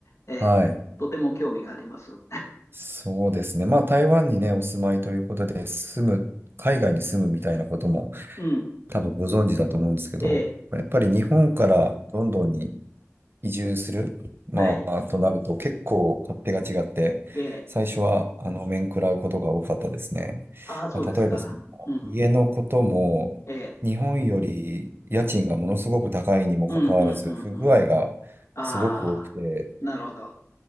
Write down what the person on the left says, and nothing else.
ええ、
とても興味があります。
うん。
ええ。
はい。
ええ。
ああ、そうですか。
うん。
ええ。
うんうんうん
ああ、なるほど。